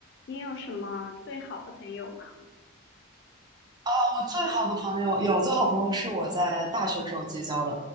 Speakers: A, on the left; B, on the right.
A: 你有什么最好的朋友吗？
B: 啊，我最好的朋友有最好朋友是我在大学时候结交的，